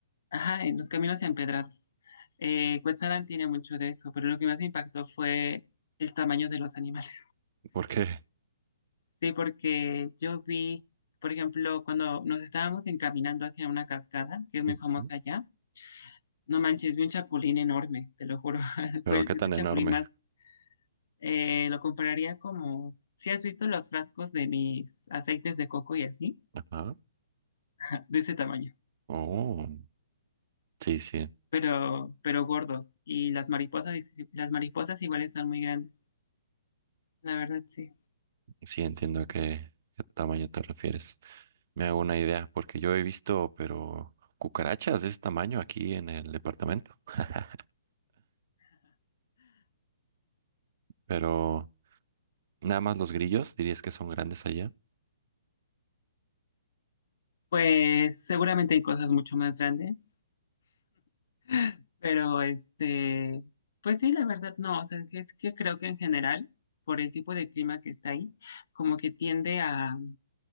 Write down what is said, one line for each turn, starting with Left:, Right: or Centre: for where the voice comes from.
Left: Ajá, en los caminos empedrados. Eh, Cuetzalan tiene mucho de eso, pero lo que más me impactó fue el tamaño de los animales.
Right: ¿Por qué?
Left: Sí, porque yo vi, por ejemplo, cuando nos estábamos encaminando hacia una cascada, que es muy
Right: Ujú.
Left: famosa allá, no manches, vi un chapulín enorme, te lo juro. <laughs>
Right: Pero
Left: Fue
Right: qué
Left: ese
Right: tan
Left: chapulín
Right: enorme.
Left: más, eh, lo compararía como, si has visto los frascos de mis aceites de coco y así,
Right: Ajá.
Left: Ah, de ese tamaño,
Right: Oh, sí, sí,
Left: pero, pero gordos. Y las mariposas, y- si, las mariposas igual están muy grandes, la verdad, sí.
Right: sí, entiendo a qué, qué tamaño te refieres. Me hago una idea, porque yo he visto, pero cucarachas de ese tamaño aquí en el departamento. <laughs> Pero. Nada más los grillos, dirías que son grandes allá.
Left: Pues seguramente hay cosas mucho más grandes. <laughs> Pero este, pues sí, la verdad, no, o sea, que es que creo que en general, por el tipo de clima que está ahí, como que tiende a,